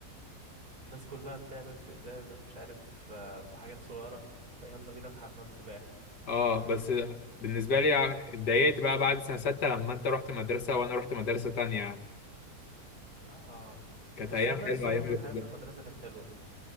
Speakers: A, on the right; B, on the left.
A: الناس كلها بتعمل في ازازه في مش عارف آه، في حاجات صغيره لا يلا بينا في حمام سباحه
B: اه بس بالنسبة لي اتضايقت بقى بعد سنة ستة لما انت رحت مدرسة وانا رحت مدرسة تانية يعني
A: اه
B: كانت
A: بس
B: ايام
A: والله
B: حلوة
A: يا اسطى برضه
B: ايام الابتدائي
A: الحياه في المدرسه كانت حلوه